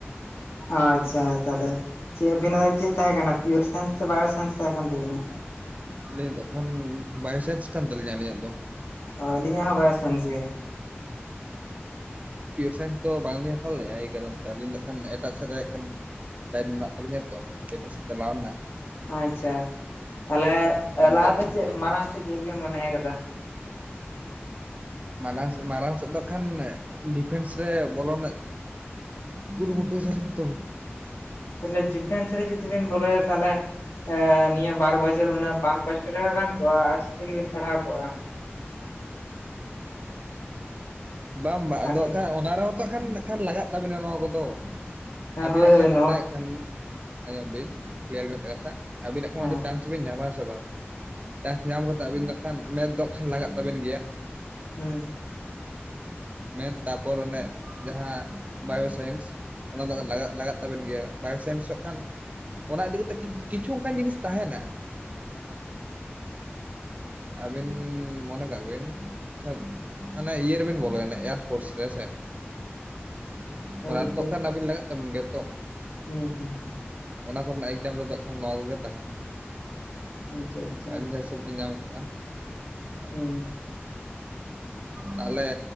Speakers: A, on the left; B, on the right.
A: ᱟᱪᱪᱷᱟ ᱛᱟᱦᱮᱞᱮ ᱪᱮᱫ ᱵᱤᱱᱟᱜ ᱪᱮᱫ ᱛᱟᱦᱮᱸᱠᱟᱱᱟ ᱯᱤᱭᱳᱨ ᱥᱮᱱᱥ? ᱥᱮ ᱵᱟᱭᱳ ᱥᱮᱱᱥ ᱛᱟᱦᱮᱸ ᱠᱟᱱ ᱛᱟᱹᱵᱤᱱᱟ?
B: ᱟᱹᱞᱤᱸᱧ ᱫᱚ ᱠᱷᱟᱱ ᱵᱟᱭᱥᱟᱱᱥ ᱠᱟᱱ ᱛᱟᱹᱞᱤᱸᱧᱟ ᱟᱹᱞᱤᱸᱧᱟᱜ ᱫᱚ᱾
A: ᱚ ᱟᱹᱞᱤᱧ ᱦᱚᱸ ᱵᱟᱭᱥᱟᱱᱥ ᱜᱮ ᱾
B: ᱯᱤᱭᱳᱨ ᱥᱟᱭᱮᱱᱥ ᱫᱚ ᱵᱟᱝᱞᱤᱧ ᱦᱟᱛᱟᱣ ᱞᱮᱫᱼᱟ᱾ ᱮᱭ ᱠᱟᱨᱚᱱ ᱛᱮ ᱟᱹᱞᱤᱸᱧ ᱫᱚ ᱠᱷᱟᱱ ᱮᱴᱟᱜ ᱥᱮᱫ ᱨᱮ ᱠᱷᱟᱱ᱾ ᱞᱟᱹᱭᱤᱱ ᱢᱮᱱᱟᱜ ᱛᱟᱹᱟᱞᱤᱸᱧᱟ ᱛᱚ ᱮᱴᱟᱜ ᱥᱮᱫ ᱪᱟᱞᱟᱣᱱᱟ ᱾
A: ᱟᱪᱪᱷᱟ ᱛᱟᱦᱚᱞᱮ
B: ᱤᱱᱟᱹᱛᱮ
A: ᱞᱟᱦᱟᱛᱮ ᱪᱮᱫ ᱢᱟᱲᱟᱝ ᱥᱮᱫ ᱪᱮᱫ ᱵᱤᱱ ᱢᱚᱱᱮ ᱠᱟᱫᱟ?
B: ᱢᱟᱨᱟᱝ ᱥᱮ ᱢᱟᱨᱟᱝ ᱥᱮᱫ ᱫᱚ ᱠᱷᱟᱱ ᱰᱤᱯᱷᱮᱱᱥ ᱨᱮ ᱵᱚᱞᱚᱱ ᱨᱮᱱᱟᱜ ᱠᱩᱨᱩ ᱢᱩᱴᱩᱭ ᱫᱟᱞᱤᱧ ᱛᱚ᱾
A: ᱛᱟᱦᱚᱞᱮ ᱰᱤᱯᱷᱮᱱᱥ ᱨᱮ ᱡᱩᱫᱤ ᱵᱮᱱ ᱵᱚᱞᱚᱭᱟ ᱛᱟᱦᱚᱞᱮ ᱱᱤᱭᱟᱹ ᱵᱟᱨ ᱵᱚ ᱪᱷᱚᱨ ᱩᱱᱟᱹᱜ ᱵᱟᱝ ᱠᱚᱥᱴᱚ ᱨᱮᱦᱚᱸ ᱜᱟᱱ ᱠᱚᱜᱼᱟ ᱟᱨᱴᱥ ᱛᱮᱜᱮᱵᱤᱱ ᱯᱟᱲᱦᱟᱣ ᱠᱚᱜᱼᱟ᱾
B: ᱵᱟᱝ ᱵᱟ
A: ᱟᱨ
B: ᱟᱫᱚ ᱦᱟᱸᱜ ᱠᱷᱟᱱ ᱚ ᱱᱟ ᱨᱮᱦᱚᱸ ᱛᱚ ᱦᱟᱸᱜ ᱠᱷᱟᱱ ᱱᱟᱸᱜ ᱠᱷᱟᱱ ᱞᱟᱜᱟᱜ ᱛᱟᱵᱤᱱᱟ ᱱᱚᱣᱟ ᱠᱚᱫᱚ? ᱟᱹᱵᱤᱱᱟᱜ
A: ᱦᱳᱭ ᱦᱳᱭ
B: ᱠᱷᱟᱱ
A: ᱱᱚᱣᱟ
B: ᱚᱸᱰᱮ ᱦᱟᱸᱜ ᱠᱷᱟᱱ ᱟᱸᱡᱚᱢ ᱵᱤᱱ ᱠᱞᱤᱭᱟᱨᱞᱤ ᱢᱤᱫᱴᱮᱡ ᱠᱟᱛᱷᱟ ᱟᱹᱵᱤᱱᱟᱜ ᱦᱟᱸᱜ ᱠᱷᱟᱱ
A: ᱦᱮᱸ
B: ᱚᱸᱰᱮ ᱪᱟᱱᱥ ᱵᱤᱱ ᱧᱟᱢᱟ ᱟᱥᱮ ᱵᱟᱝ? ᱪᱟᱥ ᱧᱟᱢ ᱠᱟᱛᱮ ᱟᱹᱵᱤᱱ ᱫᱚ ᱦᱟᱸᱜ ᱠᱷᱟᱱ ᱢᱮᱫ ᱫᱚ ᱦᱟᱸᱜ ᱠᱷᱟᱱ ᱞᱟᱜᱟᱜ ᱛᱟᱹᱵᱮᱱ ᱜᱮᱭᱟ᱾
A: ᱦᱩᱸ᱾
B: ᱢᱮᱫᱽ ᱛᱟᱯᱚᱨ ᱚᱱᱮ ᱡᱟᱦᱟᱸ ᱵᱟᱭᱳᱥᱟᱭᱮᱱᱥ, ᱚᱱᱟ ᱫᱚ ᱞᱟᱜ ᱞᱟᱜᱟᱜ ᱛᱟᱵᱮᱱ ᱜᱮᱭᱟ ᱵᱟᱭᱳᱥᱟᱭᱮᱱᱥᱚᱜ ᱦᱟᱸᱜ ᱠᱷᱟᱱ ᱚᱱᱟ ᱤᱫᱤ ᱠᱟᱛᱮᱜ ᱠᱤᱪᱷᱩ ᱚᱱᱠᱟᱱ ᱡᱤᱸᱱᱤᱥ ᱛᱟᱸᱦᱮᱱᱟ, ᱟᱹᱵᱤᱱ ᱢᱚᱱᱮ ᱠᱟᱜ ᱵᱤᱱ ᱟᱪᱪᱷᱟ ᱚᱱᱮ ᱤᱭᱟᱹ ᱨᱮ ᱵᱤᱱ ᱵᱚᱞᱚᱭᱱᱟ ᱮᱟᱨᱯᱳᱴᱥ ᱨᱮ ᱦᱮᱸᱥᱮ,
A: ᱦᱳᱭ
B: ᱚᱱᱟ ᱨᱮᱫᱚ
A: ᱞᱟᱹᱭ
B: ᱦᱟᱹᱜ ᱠᱷᱟᱱ
A: ᱵᱤᱱ
B: ᱟᱵᱤᱱ ᱞᱟᱜᱟᱜ ᱛᱟᱵᱤᱱ ᱜᱮᱭᱟ ᱛᱚ᱾
A: ᱦᱩᱸ ᱦᱩᱸ᱾
B: ᱚᱱᱟ ᱠᱚᱨᱮᱱᱟᱜ ᱮᱠᱡᱟᱢ ᱨᱮᱫᱚ ᱦᱟᱸᱜ ᱠᱷᱟᱱ ᱱᱚᱣᱟ ᱠᱚᱜᱮ ᱛᱟᱦᱮᱸᱱᱟ
A: ᱟᱪᱪᱷᱟ ᱟᱪᱪᱷᱟ
B: <unintelligible> ᱯᱚᱛᱚᱵᱤᱸᱧ ᱧᱟᱢ ᱠᱟᱜᱼᱟ᱾
A: ᱦᱩᱸ᱾
B: ᱛᱟᱦᱞᱮ